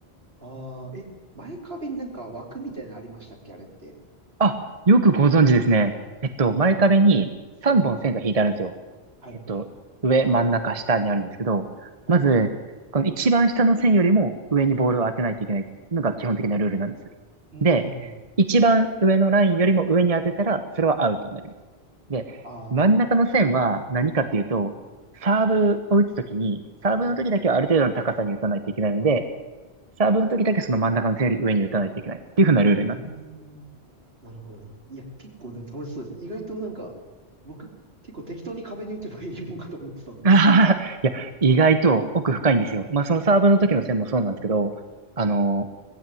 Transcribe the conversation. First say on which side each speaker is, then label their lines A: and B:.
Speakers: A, on the right (about 70°); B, on the right (about 35°).
A: ああ、え、前壁になんか枠みたいなのありましたっけあれって。
B: あ、よくご存知ですね。えっと、前壁に3本線が引いてあるんですよ。
A: そうです。はい。はい。
B: えっと、上、真ん中、下にあるんですけど、
A: はい。
B: まず、この一番下の線よりも上にボールを当てないといけないっていうのが基本的なルールなんです。
A: うー
B: で、
A: ん。
B: 一番上のラインよりも上に当てたら、それはアウトになります。で、
A: ああ、
B: 真ん中の線は何かっていうと、
A: なるほ
B: サーブを打つときに、サーブの時だけはある程度の高さに打たないといけないので、
A: ど。はい。
B: サーブの時だけその真ん中の線より上に打たないといけないっていう風なルールになってます。
A: うーん。なるほど、なるほど。いや、結構でも楽しそうですね。意外となんか、僕、結構適当に壁に打てばいいもんかと思ってたんで。
B: <laughs> あははいや、意外と奥深いんですよ。まあ、そのサーブの時の線もそうなんですけど、あの